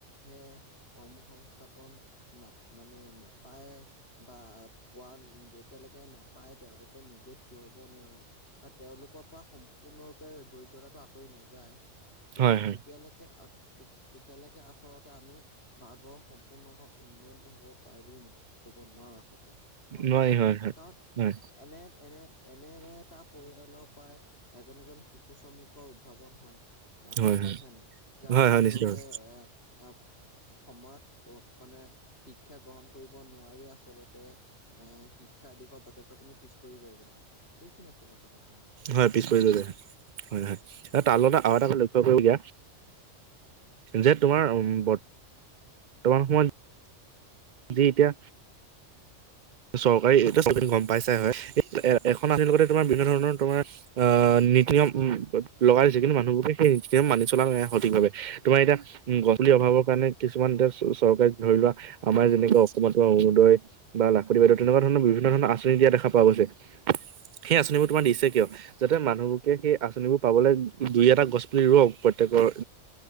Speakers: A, on the left; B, on the right.
A: হে কৰ্মসংস্থাপন না মানে নাপায়। বা কোৱাৰ যেতিয়ালৈকে নাপায় তেওঁলোকে নিজে থিয় হ'ব নোৱাৰে। বা তেওঁলোকৰ পৰা সম্পূৰ্ণৰূপে দৰিদ্ৰতাটো আঁতৰি নাযায়,
B: হয় হয় হয়
A: তেতিয়ালৈকে তেতিয়ালৈকে আচলতে আমি ভাৰতবৰ্ষ সম্পূৰ্ণ উন্নয়ন হব পাৰে বুলি কব নোৱাৰো আচলতে। গম
B: নোৱাৰি
A: পাইছা নাই,
B: হয় হয়
A: কাৰণ
B: হয়
A: এনে এনে এনে এনেটা পৰিয়ালৰ পৰাই এজন এজন শিশু সু -শ্ৰমিকৰ উদ্ভাৱন হয়। আহ
B: হয় হয়
A: গম পাইছা নাই, যাৰ
B: হয়
A: ফলস্বৰূপে
B: হয় নিশ্চিতভাৱে
A: এহ, আ সময়ত মানে শিক্ষা গ্ৰহণ কৰিব নোৱাৰি আচলতে এহ শিক্ষাৰ দিশত যথেষ্ট খিনি পিছ পৰি ৰৈ যায়। সেইখিনি আছিলে কথাখিনি
B: হয়, পিছ পৰি লয় যায়, হয় হয়। তাৰ‌ লগতে আৰু এটা লক্ষ্য কৰিব দিয়া যে তোমাৰ উ বৰ্তমান সময়ত
A: <inaudible>
B: আজি এতিয়া চৰকাৰী এই চবেই গম পাইছাই হয়। এ এখন আধিৰ লগতে তোমাৰ বিভিন্ন ধৰণৰ তোমাৰ আহ নীতি নিয়ম লগাই দিছে কিন্তু মানুহবোৰে সেই নীতি নিয়ম মানি চলা নাই সঠিকভাৱে। তোমাৰ এতিয়া উ গছ পুলি অভাৱৰ কাৰণে কিছুমান এতিয়া চৰকাৰীক ধৰি লোৱা। আমাৰ যেনেকুৱা অসমত অৰুণোদয় বা লা- প্ৰতিবাদ তেনেকুৱা ধৰণৰ বিভিন্ন ধৰণৰ আঁচনি দিয়া দেখা পোৱা গৈছে, সেই আঁচনিবোৰ তোমাৰ দিছে কিয়। যাতে মানুহবোৰকে সেই আঁচনিবোৰ পাবলৈ দুই এটা গছ পুলি ৰোৱক প্ৰত্যেকৰ।